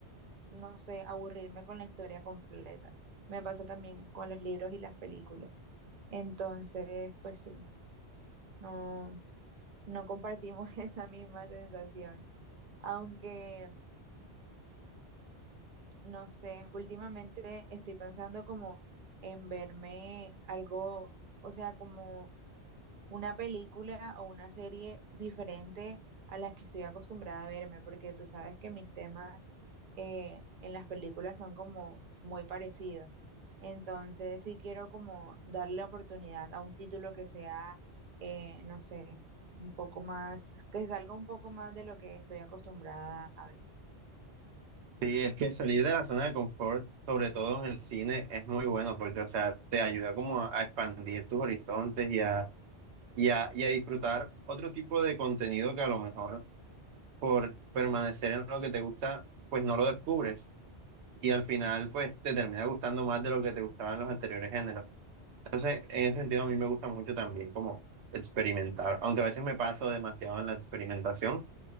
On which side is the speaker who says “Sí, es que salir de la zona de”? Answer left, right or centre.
Right